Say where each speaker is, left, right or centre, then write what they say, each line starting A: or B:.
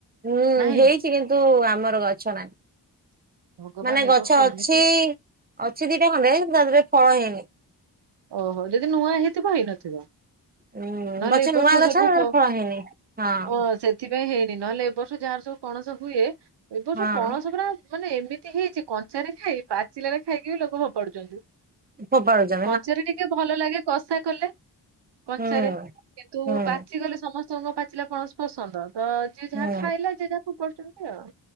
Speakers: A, on the right; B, on the right.
A: ହୁଁ
B: ନାଇଁ?
A: ହେଇଛି କିନ୍ତୁ ଆମର ଗଛ ନାହିଁ,
B: ଭଗବାନ
A: ମାନେ
B: ଏ
A: ଗଛ
B: ବର୍ଷ
A: ଅଛି
B: ଏମିତି
A: ଅଛି ଦିଟା ଖଣ୍ଡେ, କିନ୍ତୁ ତା ଦେହରେ ଫଳ ହେଇନି।
B: ଓ ହୋ ଯଦି ନୂଆ ହେଇଥିବ ହେଇନଥିବ।
A: ଉଁ
B: ନହେଲେ
A: ଗଛ
B: ଏବର୍ଷ
A: ନୂଆ ଗଛ
B: ସବୁ
A: ତା ଦେହରେ
B: ଫ <unintelligible>
A: ଫଳ ହେଇନି। ହଁ
B: ସେଥିପାଇଁ ହେଇନି, ନହେଲେ ଏ ବର୍ଷ ଯାହାର ସବୁ ପଣସ ହୁଏ। ଏ ବର୍ଷ
A: ହଁ
B: ପଣସ ପୁରା ମାନେ ଏମିତି ହେଇଛି, କଞ୍ଚାରେ ଖାଇ ପାଚିଲାରେ ଖାଇକି ବି ଲୋକ ଫୋପାଡୁଛନ୍ତି।
A: ଫୋପାଡୁଚ
B: କଞ୍ଚାରେ ଟିକେ ଭଲ ଲାଗେ କଷା କଲେ କଞ୍ଚାରେ,
A: ହୁଁ
B: କିନ୍ତୁ
A: ହୁଁ
B: ପାଚିଗଲେ ସମସ୍ତେ କଣ ପାଚିଲା ପଣସ ପସନ୍ଦ, ତ ଯିଏ
A: ହୁଁ
B: ଯାହା ଖାଇଲା ଯିଏ ଯାହା ଫୋପାଡୁଛନ୍ତି ଆଉ।